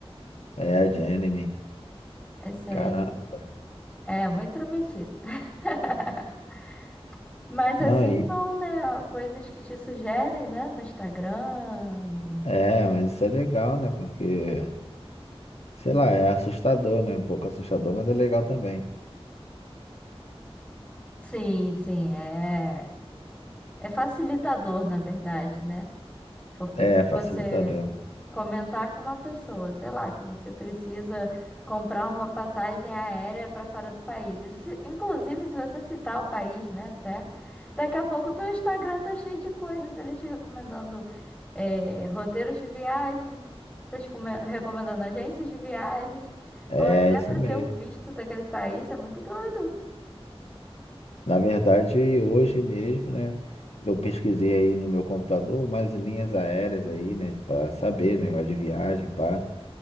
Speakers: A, on the left; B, in the centre.
A: É a de anime.
B: Esse
A: Caramba.
B: aí é muito intrometido. <laughs> Mas
A: Não,
B: assim
A: e...
B: vão, né? Coisas que te sugerem, né? No Instagram. no-
A: É, mas isso é legal, né? Porque, sei lá, é assustador, né? Um pouco assustador, mas é legal também.
B: Sim, sim, é. É facilitador, na verdade, né? Porque
A: É,
B: se
A: facilitador.
B: você comentar com uma pessoa, sei lá, que você precisa comprar uma passagem aérea para fora do país. Isso se- inclusive, se você citar o país, né, até, daqui a pouco o teu Instagram tá cheio de coisas ali te recomendando é, roteiros de viagem, você tá te come- recomendando agências de viagens,
A: É,
B: ou até
A: isso
B: para
A: mesmo.
B: ter o visto daquele país, isso é muito doido.
A: Na verdade, hoje mesmo, né? Eu pesquisei aí no meu computador umas linhas aéreas aí, né? Pra saber, né? de viagem, pá.